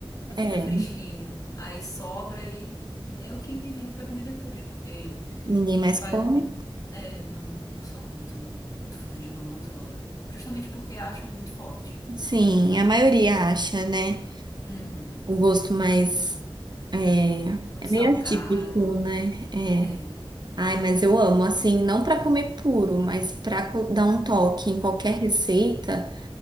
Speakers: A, on the left; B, on the right.
A: não
B: é,
A: fica fresquinho. Aí sobra e é o que me vire pra comer depois, porque
B: ninguém mais
A: meus pais
B: come.
A: não, é, não, não são muito, muito fãs de gorgonzola. Justamente porque acham muito forte.
B: Sim, a maioria acha, né?
A: Uhum.
B: O gosto mais É,
A: Muito
B: é
A: salgado.
B: meio atípico, né? É.
A: É,
B: Ai, mas eu amo, assim, não para comer puro, mas para dar um toque em qualquer receita,